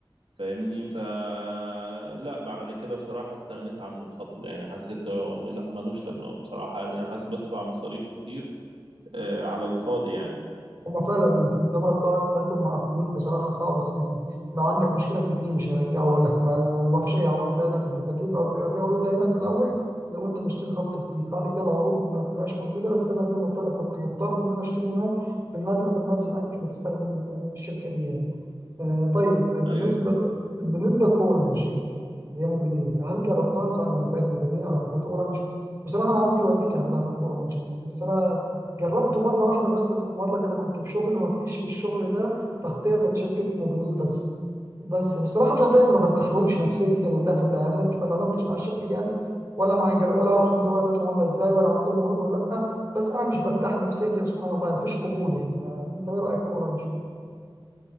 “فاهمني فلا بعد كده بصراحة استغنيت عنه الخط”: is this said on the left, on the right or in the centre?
Right